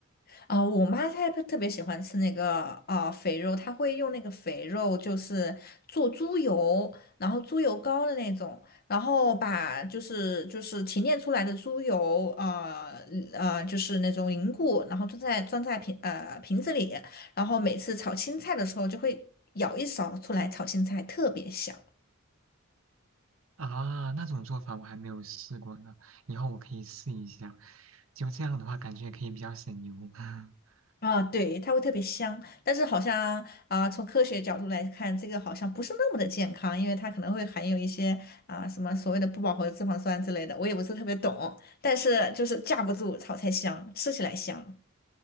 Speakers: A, on the left (about 45°); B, on the right (about 75°).
A: 啊、呃我妈她特别喜欢吃那个啊、呃肥肉，她会用那个肥肉，就是做猪油，然后猪油膏的那种，然后把就是就是提炼出来的猪油，呃呃，就是那种凝固，然后装在装在瓶呃瓶子里，然后每次炒青菜的时候就会舀一勺出来炒青菜，特别香。
B: 啊！那种做法我还没有试过呢，以后我可以试一下。就这样的话，感觉也可以比较省油 <laughs>
A: 啊，对，它会特别香，但是好像啊、从科学角度来看，这个好像不是那么的健康，因为它可能会含有一些啊、什么所谓的不饱和脂肪酸之类的，我也不是特别懂，但是就是架不住炒菜香，吃起来香。